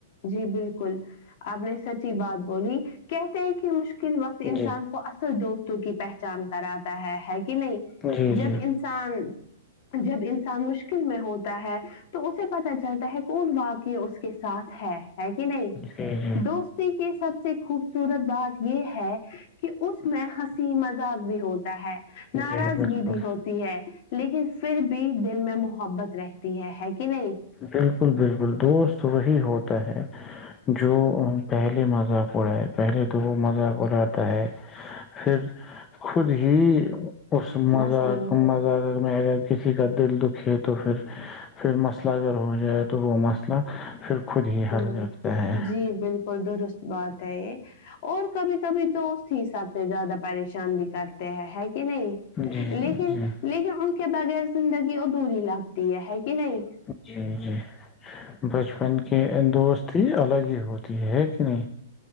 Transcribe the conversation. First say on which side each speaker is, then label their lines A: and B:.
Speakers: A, on the left (about 45°); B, on the left (about 20°).
A: جی بالکل آپ نے سچی بات بولی کہتے ہیں کہ مشکل ک وقت انسان
B: جی
A: کو اصل دوستوں کی پہچان کرات ہے ہے کہ نہیں
B: جی
A: جب
B: جی
A: انسان جب انسان مشکل میں ہوتا ہے تو اسے پتا چلتا ہے کون واقع اس کے ساتھ ہاں ہے کہ نہیں
B: جی جی
A: دوستی سب سے خوبصورت بات یہ ہے کہ اس میں ہنسی مذاق بھی ہوتا ہے ناراضگی
B: جی بالکل
A: بھی ہوتی ہے لیکن پھر بھی دیک میں محبت رہتی ہے، ہے کہ نہیں؟
B: بالکل بالکل دوست وہی ہوتا ہے جو پہلے مذاق اڑاائے پہلے تو وہ مذاق اڑاتا ہے پھر خود ہی اس مزہ
A: مثلا
B: مزہ میں کسی کا دل دکھے تو پھر پھر مسئلہ اگر ہو جائے تو وہ مسئلہ پھر خود ہی
A: ہ
B: حل کرتا ہے
A: جی بالکل درست بات ہے یہ اور کبھی کبھی دوست ہی سب سے زیادہ پریشان بھی کرتے ہیں نہیں
B: جی
A: لیکن
B: جی
A: لیکن ان کے بغیر زندگی ادھی لگتی ہے کہ نہیں
B: جی جی بچپن کے دوست ہی الگ ہی ہوتی ہے ہے کہ نہیں